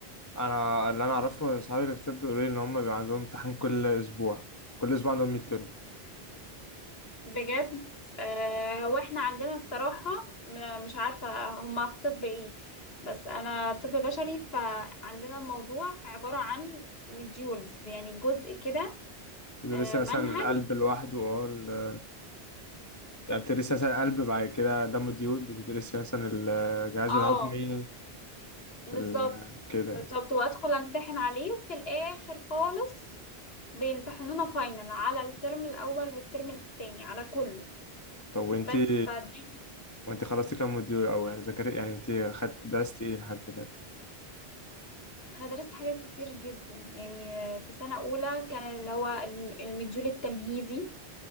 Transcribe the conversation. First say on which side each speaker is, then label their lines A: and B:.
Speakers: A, on the left; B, on the left.
A: انا اللي انا اعرفه إن اصحابي اللي في طب بيقولوا لي ان هم بيبقى عندهم امتحان كل اسبوع كل اسبوع عندهم ميد ترم
B: بجد آه، هو احنا عندنا الصراحة م- مش عارفة هما في طب ايه بس انا طب بشري فعندنا الموضوع عبارة عن مديولز يعني جزء كده
A: فتدرسي
B: آه، منهج
A: مثلا القلب لوحده اه ال- يعني بتدرسي مثلا القلب بعد كده دم الديود بتدرسي مثلا الجهاز
B: اه
A: الهضمي
B: بالظبط
A: ال... كده يعني.
B: بالظبط وادخل امتحن عليه وفي الاخر خالص بيمتحنونا فاينل على الترم الاول والترم التاني على كله
A: طب وانتي
B: بس فدي
A: وانتي خلصتي كام موديول او يعني ذاكرت يعني انتي خدت درستي ايه لحد دلوقتي
B: انا درست حاجات كتير جدا يعني آه، في سنة اولى كان اللي هو الم- المديول التمهيدي